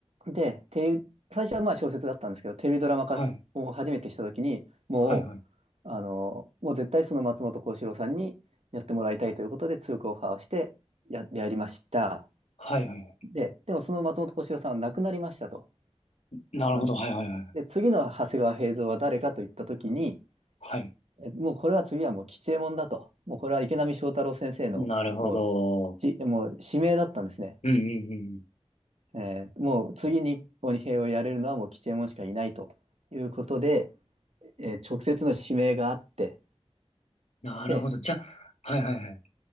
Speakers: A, on the right (about 75°); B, on the left (about 90°).
A: で、テレビ、最初はまあ小説だったんですけど、テレビドラマ化しを初めてしたときに、
B: はい。
A: も
B: はいはい。
A: う、あの、もう絶対その松本幸四郎さんにやってもらいたいということで強くオファーをしてや、やりました。
B: はいはい。
A: で、でもその松本幸四郎さんは亡くなりましたと。
B: なるほど。
A: あ
B: はいはいはい。
A: で、次の長谷川平蔵は誰かといったときに、
B: はい。
A: えもうこれは次はもう吉右衛門だと。もうこれは池波正太郎先生のもう、
B: なるほど。
A: じ、もう指名だったんですね。
B: うんうんうん。
A: えーもう次に鬼平をやれるのはもう吉右衛門しかいないということで、えー直接の指名があって、
B: なるほど。
A: で、
B: じゃあ、はいはいはい。